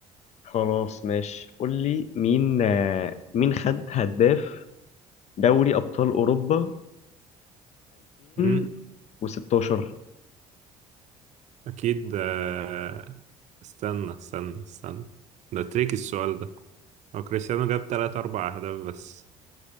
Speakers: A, on the left; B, on the right.
A: خلاص ماشي قول لي مين آه، مين خد هداف دوري ابطال اوروبا
B: أمم،
A: 2016
B: أكيد آه، استنى استنى استنى ده تريكي السؤال ده هو كريستيانو جاب تلات أربع أهداف بس